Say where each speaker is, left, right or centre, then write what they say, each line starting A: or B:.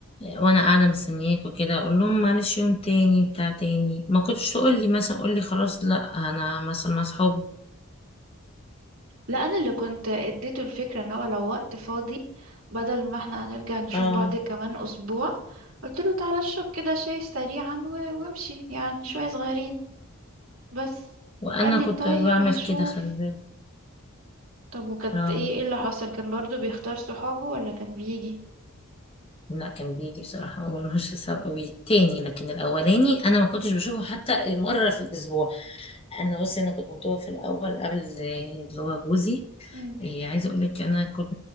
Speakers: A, on the left; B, on the right.
A: وانا قاعده مستنياك وكده اقول لهم معلش يوم تاني بتاع تاني ما كنتش تقول لي مثلا قول لي خلاص لا انا مثلا مع اصحابي
B: لا انا اللي كنت اديته الفكره ان هو لو وقت فاضي بدل ما احنا هنرجع نشوف
A: اه
B: بعض كمان اسبوع قلت له تعالى اشرب كده شاي سريعا و- وامشي يعني شويه صغيرين بس
A: وانا
B: فقال لي
A: كنت
B: طيب
A: بعمل
B: هشوف
A: كده خلي بالك
B: طب وكانت
A: اه
B: ايه ايه اللي حصل كان برضو بيختار صحابه ولا كان بيجي
A: لا كان بيجي بصراحه وملوش حساب قوي تاني لكن الاولاني انا ما كنتش بشوفه حتى المره في الاسبوع انا بصي انا كنت مطوع في الاول قبل اللي هو جوزي
B: مم.
A: إيه عايزه اقول لك انا كنت